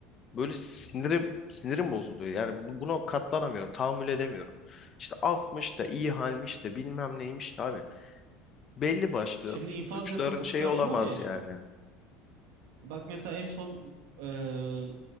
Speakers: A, on the left; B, on the right.
A: Böyle sinirim sinirim bozuluyor. Yani bu- buna katlanamıyorum. Tahammül edemiyorum. İşte afmış da iyi halmiş de bilmem neymiş de abi. Belli başlı
B: Şimdi infaz
A: suçların
B: yasası
A: şeyi
B: çıkardılar
A: olamaz
B: ya işte.
A: yani.
B: Bak mesela en son eee,